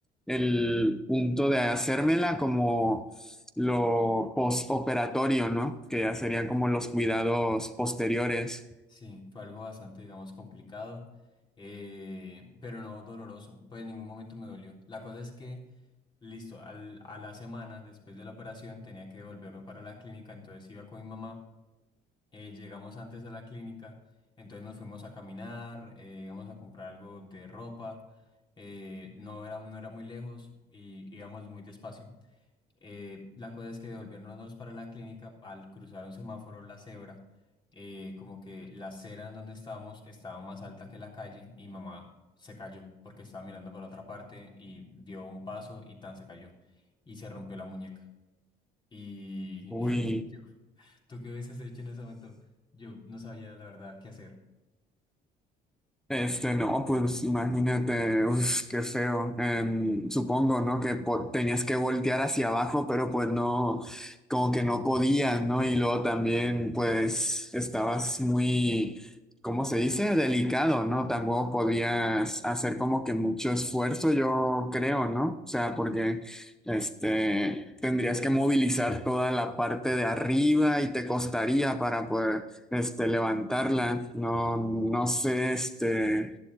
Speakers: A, in the centre; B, on the left (about 25°).
A: el punto de hacérmela como lo postoperatorio, ¿no? Que ya serían como
B: Sí,
A: los cuidados posteriores.
B: Sí, fue algo bastante, digamos, complicado, eh, pero no doloroso, pues en ningún momento me dolió. La cosa es que, listo, al- a la semana después de la operación tenía que volverme para la clínica, entonces iba con mi mamá, eh, llegamos antes a la clínica, entonces nos fuimos a caminar, eh, íbamos a comprar algo de ropa, eh, no era, no era muy lejos y íbamos muy despacio. Eh, la cosa es que devolviéndonos para la clínica, al cruzar un semáforo, la cebra, eh, como que la acera en donde estábamos estaba más alta que la calle y mamá se cayó porque estaba mirando para otra parte y dio un paso y tan se cayó y se rompió la muñeca. Y,
A: Uy.
B: <laughs> y yo, ¿tú qué hubieses hecho en ese momento? Yo no sabía la verdad qué hacer.
A: Este, no, pues imagínate, uf, qué feo. Em, supongo, ¿no? Que po- tenías que voltear hacia abajo, pero pues no, como que no podías, ¿no? Y luego también, pues, estabas muy, ¿cómo se dice? Delicado, ¿no? Tampoco podías hacer como que mucho esfuerzo, yo creo, ¿no? O sea, porque, este, tendrías que movilizar toda la parte de arriba y te costaría para poder este, levantarla. No, no sé, este,